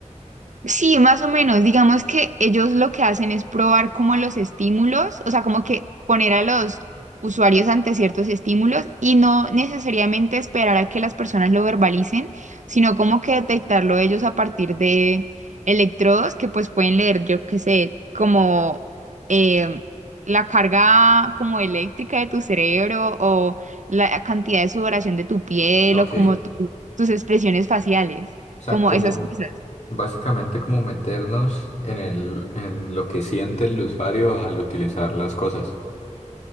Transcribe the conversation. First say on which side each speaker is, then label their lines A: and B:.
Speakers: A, on the right (about 70°); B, on the left (about 60°).
A: Sí, más o menos. Digamos que ellos lo que hacen es probar como los estímulos, o sea, como que poner a los usuarios ante ciertos estímulos y no necesariamente esperar a que las personas lo verbalicen, sino como que detectarlo ellos a partir de electrodos que pues pueden leer, yo qué sé, como em, la carga como eléctrica de tu cerebro o la cantidad de sudoración de tu piel
B: Ok.
A: o como
B: O
A: tu- tus expresiones faciales,
B: sea,
A: como
B: como
A: esas cosas.
B: básicamente como meternos en el, en lo que siente el usuario al utilizar las cosas.